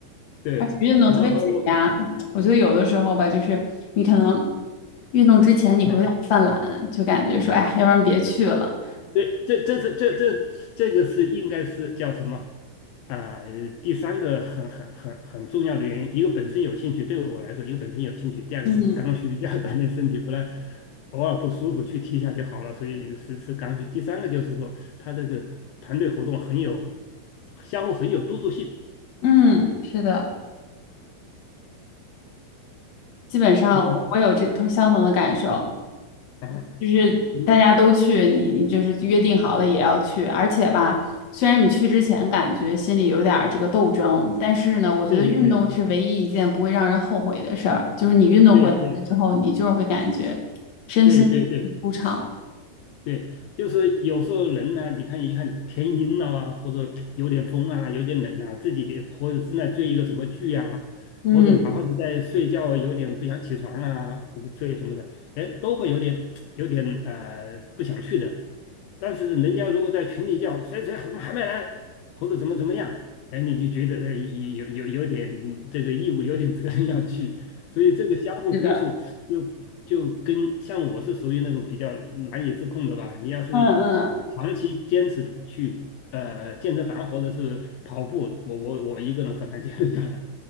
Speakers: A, on the left; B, on the left.
A: 对，
B: 而且运动特别解压。
A: 然后
B: 我觉得有的时候吧，就是你可能运动之前你会有点犯懒，
A: 啊，
B: 就感觉说，哎要不然别去了。
A: 对，这这是这这这个是应该是叫什么？啊、呃第三个很很很很重要的原因，一个本身有兴趣，对我来说，一个本身有兴趣，第二个就是刚需，
B: 嗯
A: 要锻炼身体，不然偶尔不舒服去踢一下就好了，所以是是刚需。第三个就是说，他这个团队活动很有相互很有督促性，
B: 嗯，是的，基本上我我有这同相同的感受。
A: 你你啊，
B: 就是大家都去，
A: 你
B: 你你就是约定好了也要去，而且吧，虽然你去之前感觉心里有点儿这个斗争，但是呢，我觉得运动是唯一一件不会让人后悔的事儿，
A: 对对
B: 就是你运动回来之后，
A: 对对
B: 你就是会感觉身心
A: 对对对对
B: 舒畅。
A: 对，就是有时候人呢，你看一看天阴了啊，或者有点风啊，有点冷啊，自己或者正在追一个什么剧啊，
B: 嗯，
A: 或者哪怕是在睡觉啊有点不想起床啊，午睡什么的，哎，都会有点有点呃不想去的。但是人家如果在群里叫谁谁怎么还没来，或者怎么怎么样，哎，你就觉得哎有有有有点这个义务，有点责任要去，所以这个相互督促。
B: 是的，
A: 就就跟像我是属于那种比较难以自控的吧。你要是
B: 嗯嗯
A: 长期坚持去呃健身房或者是跑步，我我我一个人很难坚持下来。